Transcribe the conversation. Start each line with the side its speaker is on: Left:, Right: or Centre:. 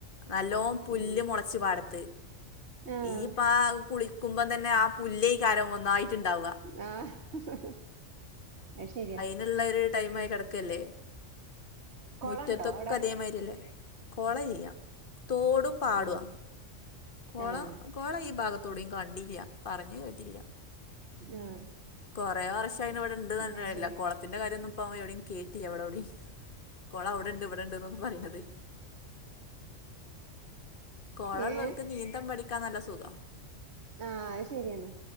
Left: നല്ലോ പുല്ല്
Right: ഉം
Left: മുളച്ചു പാടത്ത്
Right: ആഹ്
Left: ഈയിപ്പ കുളി ക്കുമ്പോ തന്നെ ആഹ് പുല്ലേകാരം ഒന്നായിട്ട്ണ്ടാവ
Right: ആഹ് അശരിയാ
Left: നുള്ള ഒരു ടൈം ആയി കടക്കല്ലേ
Right: കൊളണ്ടോ
Left: മുറ്റത്തൊക്കെ
Right: അവിടെ
Left: അതേമാതിരില്ലേ കോള ഇല്ല്യ തോടും പാടുവ
Right: ഉം
Left: കോള
Right: ആഹ്
Left: കോള ഈ ഭാഗത്തോടെയും കണ്ടില്ല പറഞ്ഞ് കേട്ടില്ല
Right: ആഹ്
Left: കുറെേ വർഷം അയിന് ഇവിടെ ഇണ്ട്റഞ്ഞട്ട്
Right: അത്
Left: കാര്യല്ല
Right: ശരി
Left: കൊള ത്തിന്റെ കാര്യം ഒന്നും ഇപ്പം എവിടെയും കേട്ടില്ല ഞാൻ ഇവിടെ എവിടെയും കൊള അവിടെണ്ട് ഇവിടെണ്ട്ന്ന് പറയത് കോള
Right: ഏഹ്
Left: ഉള്ളവൾക്ക് നീന്തം പഠിക്കാൻ നല്ല സുഖ
Right: ആഹ് അത് ശരിയാണ്